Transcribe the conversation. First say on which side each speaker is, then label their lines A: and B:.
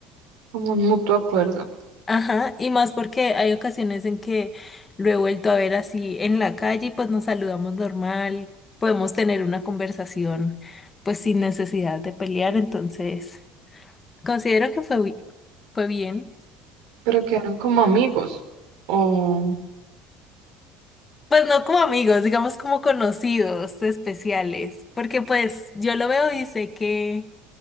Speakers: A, on the right; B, on the left.
A: Como un mutuo acuerdo.
B: Ajá, y más porque hay ocasiones en que lo he vuelto a ver así en la calle y pues nos saludamos normal, podemos tener una conversación pues sin necesidad de pelear, entonces considero que fue, bi- fue bien.
A: Pero quedaron como amigos. O
B: Pues no como amigos, digamos como conocidos especiales, porque pues yo lo veo y sé que